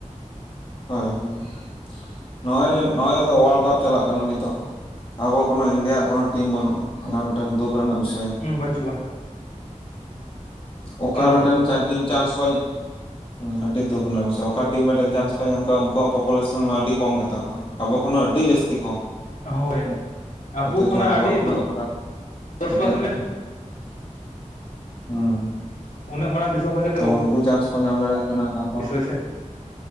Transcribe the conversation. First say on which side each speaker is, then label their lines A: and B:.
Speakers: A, on the left (about 40°); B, on the left (about 80°).
A: ᱦᱳᱭ ᱦᱳᱭ ᱱᱚᱜ ᱚᱭ ᱱᱚᱜ ᱚᱭ ᱜᱚᱫᱚ ᱚᱣᱟᱨᱞ ᱠᱟᱯ ᱪᱟᱞᱟᱜ ᱠᱟᱱᱟ ᱱᱤᱛᱚᱜ ᱟᱵᱚ ᱠᱳᱱᱚ ᱤᱱᱰᱤ ᱭᱟᱜ ᱠᱳᱱᱳ ᱴᱤᱢ ᱵᱟᱹᱱᱩᱜᱼᱟ ᱚᱱᱟ ᱢᱤᱫ‌ ᱴᱮᱱ ᱫᱩᱠ ᱨᱮᱱᱟᱜ ᱵᱤᱥᱚᱭ
B: ᱦᱩ ᱵᱟᱹᱪᱩᱜᱼᱟ
A: ᱚᱠᱟ
B: ᱚᱱᱟ ᱫᱚ
A: ᱢᱤᱫ ᱴᱟᱱ ᱪᱟᱨᱡᱤᱝ ᱪᱟᱱᱥ ᱵᱟᱱ ᱧᱟ ᱩ ᱟᱹᱰᱤ ᱫᱩᱠ ᱨᱮᱱᱟᱜ ᱵᱤᱥᱚᱭ ᱚᱠᱟ ᱴᱤᱢ ᱢᱤᱫ ᱴᱟᱱ ᱪᱟᱱᱥ ᱠᱚ ᱧᱟᱢ ᱠᱟᱜᱼᱟ ᱩᱱᱠᱩᱣᱟᱜ ᱯᱚᱯᱚᱞᱮᱥᱚᱱ ᱢᱟ ᱟᱹᱰᱤ ᱠᱚᱢ ᱜᱮᱛᱟ ᱠᱚᱣᱟ ᱟᱵᱚ ᱠᱷᱚᱱ ᱦᱚᱸ ᱟᱹᱰᱤ ᱡᱟᱹᱥᱛᱤ ᱠᱚᱢ
B: ᱦᱳᱭ ᱟᱵᱚ
A: ᱚᱛᱷᱚᱪᱚ
B: ᱠᱷᱚᱱᱟᱜ
A: ᱟᱵᱚᱣᱟᱜ
B: ᱟᱹᱰᱤ
A: ᱩᱱᱟᱹᱜ ᱢᱟᱨᱟᱝ
B: ᱫᱚᱥ
A: ᱢᱤᱫ
B: ᱯᱟᱨᱥᱮᱱ
A: ᱴᱮᱱ
B: ᱜᱟᱱ
A: ᱦᱩᱸ
B: ᱩᱱᱟᱹᱜ ᱢᱟᱲᱟᱝ ᱫᱤᱥᱚᱢ ᱦᱳᱭ ᱠᱟᱫ
A: ᱛᱚ ᱩᱱᱠᱩ ᱪᱟᱱᱥ ᱠᱚ ᱧᱟᱢ ᱫᱟᱲᱮᱭᱟᱜ ᱠᱟᱱᱟ ᱛᱟᱯᱚᱨ
B: ᱥᱮ